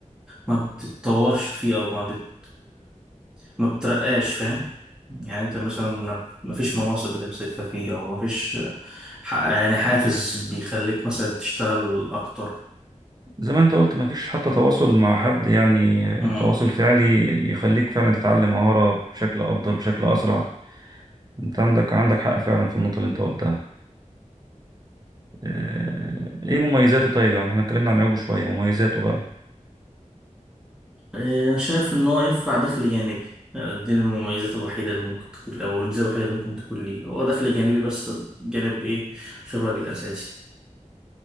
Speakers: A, in the centre; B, on the right.
A: ما بتتطورش فيه أو ما بت ما بترقاش فاهم يعني أنت مثلا ما ما فيش مناصب بتمسكها فيه أو ما فيش ح- يعني حافز بيخليك مثلا تشتغل أكتر
B: زي ما انت قلت مفيش حتى تواصل مع حد يعني
A: مم.
B: تواصل فعلي يخليك فعلا تتعلم مهارة بشكل أفضل بشكل أسرع انت عندك عندك حق فعلا في النقطة اللي انت قلتها آه، ايه مميزاته طيب يعني احنا اتكلمنا عن عيوبه شوية مميزاته بقى
A: إيه، شايف إن هو ينفع دخل جانبي آه، دي المميزات الوحيدة اللي ممكن تكون أو الميزة الوحيدة اللي ممكن تكون ليه هو دخل جانبي بس جانب إيه شغلك الأساسي